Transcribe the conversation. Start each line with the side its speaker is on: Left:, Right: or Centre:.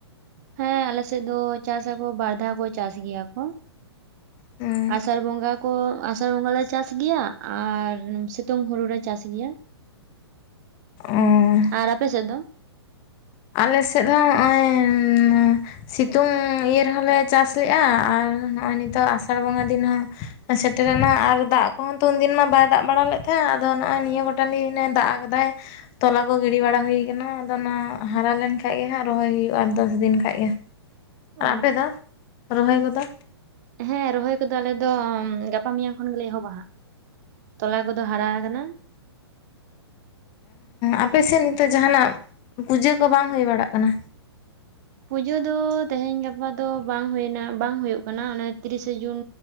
Right: ᱦᱮᱸ ᱟᱞᱮ ᱥᱮᱫ ᱫᱚ ᱪᱟᱥᱟᱠᱚ ᱵᱟᱨ ᱫᱷᱟᱣ ᱠᱚ ᱪᱟᱥ ᱜᱮᱭᱟ ᱠᱚ
Left: ᱦᱮᱸ
Right: ᱟᱥᱟᱲ ᱵᱚᱸᱜᱟ ᱠᱚ ᱟᱥᱟᱲ ᱵᱚᱸᱜᱟ ᱞᱮ ᱪᱟᱥ ᱜᱮᱭᱟ᱾ ᱟᱨ ᱥᱤᱛᱩᱝ ᱦᱩᱲᱩ ᱞᱮ ᱪᱟᱥ ᱜᱮᱭᱟ᱾
Left: ᱚ
Right: ᱟᱨ ᱟᱯᱮ ᱥᱮᱫ ᱫᱚ?
Left: ᱟᱞᱮ ᱥᱮᱫ ᱦᱚᱸ ᱱᱚᱜᱼᱚᱭ ᱥᱤᱛᱩᱝ ᱤᱭᱟᱹ ᱨᱮᱦᱚᱸᱞᱮ ᱪᱟᱥ ᱞᱮᱜᱼᱟ ᱟᱨ ᱱᱚᱜᱼᱚᱭ ᱱᱤᱛᱚᱜ ᱟᱥᱟᱲ ᱵᱚᱸᱜᱟ ᱫᱤᱱ ᱦᱚᱸ ᱥᱮᱴᱮᱨᱮᱱᱟ ᱟᱨ ᱫᱟᱜ ᱠᱚᱦᱚᱸ ᱛᱚ ᱩᱱᱫᱤᱱ ᱢᱟ ᱵᱟᱭ ᱫᱟᱜ ᱵᱟᱲᱟ ᱞᱮᱫ ᱛᱟᱦᱮᱸᱜ ᱟᱫᱚ ᱱᱚᱜᱼᱚᱭ ᱱᱤᱭᱟᱹ ᱜᱚᱴᱟᱝ ᱫᱤᱱᱮ ᱫᱟᱜ ᱠᱮᱫᱟᱭ ᱛᱚᱞᱟ ᱠᱚ ᱜᱤᱰᱤ ᱵᱟᱲᱟ ᱦᱩᱭ ᱟᱠᱟᱱᱟ ᱟᱫᱚ ᱚᱱᱟ ᱦᱟᱨᱟ ᱞᱮᱱ ᱠᱷᱟᱡ ᱜᱮ ᱦᱟᱸᱜ ᱨᱚᱦᱚᱭ ᱦᱩᱭᱩᱜᱼᱟ ᱟᱨ ᱫᱚᱥ ᱫᱤᱱ ᱠᱷᱟᱡ ᱜᱮ
Right: ᱚ
Left: ᱟᱨ ᱟᱯᱮ ᱫᱚ ᱨᱚᱦᱚᱭ ᱠᱚᱫᱚ
Right: ᱦᱮᱸ ᱨᱚᱦᱚᱭ ᱠᱚᱫᱚ ᱟᱞᱮ ᱫᱚ ᱜᱟᱯᱟ ᱢᱮᱭᱟᱝ ᱠᱷᱚᱱ ᱜᱮᱞᱮ ᱮᱦᱚᱵᱟ᱾ ᱦᱟᱸᱜ ᱛᱚᱞᱟ ᱠᱚᱫᱚ ᱦᱟᱨᱟ ᱠᱟᱱᱟ᱾
Left: ᱟᱯᱮ ᱥᱮᱫ ᱱᱤᱛᱚᱜ ᱡᱟᱦᱟᱸᱱᱟᱜ ᱯᱩᱡᱟᱹ ᱠᱚ ᱵᱟᱝ ᱦᱩᱭ ᱵᱟᱲᱟᱜ ᱠᱟᱱᱟ
Right: ᱯᱩᱡᱟᱹ ᱫᱚ ᱛᱮᱦᱮᱧ ᱜᱟᱯᱟ ᱫᱚ ᱵᱟᱝ ᱦᱩᱭᱮᱱᱟ ᱵᱟᱝ ᱦᱳᱭᱳᱜ ᱠᱟᱱᱟ ᱚᱱᱮ ᱛᱤᱨᱤᱥᱮ ᱡᱩᱱ